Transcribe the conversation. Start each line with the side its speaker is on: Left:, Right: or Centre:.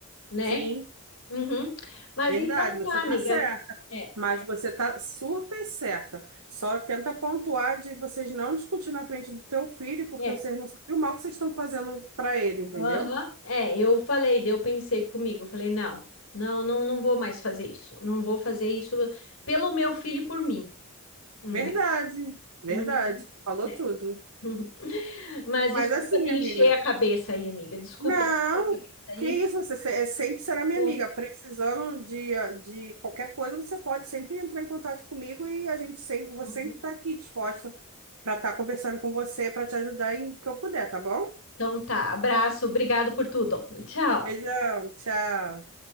Left: né?
Right: Sim,
Left: Uhum. Mas
Right: verdade,
Left: então
Right: você
Left: tá,
Right: está
Left: amiga.
Right: certa,
Left: É,
Right: mas você está super certa. Só tenta pontuar de vocês não discutir na frente do teu filho, porque
Left: é,
Right: vocês não sabem o mal que vocês estão fazendo para ele, entendeu?
Left: aham. É, eu falei, daí eu pensei comigo, eu falei, não, não, não, não vou mais fazer isso. Não vou fazer isso pelo meu filho e por mim, né?
Right: Verdade, verdade,
Left: Uhum.
Right: falou
Left: É.
Right: tudo.
Left: <laughs> Mas
Right: Mas
Left: desculpa
Right: assim,
Left: te
Right: amiga,
Left: encher a cabeça aí, amiga. Desculpa
Right: não,
Left: te encher a cabeça aí.
Right: que isso, você se- é, sempre será minha
Left: Vou-
Right: amiga. Precisando de, de qualquer coisa, você pode sempre entrar em contato comigo e a gente sempre, vou
Left: Uhum.
Right: sempre estar aqui disposta para estar conversando com você, para te ajudar em que eu puder, tá bom?
Left: Então tá, abraço, obrigado por tudo. Tchau.
Right: Beijão, tchau.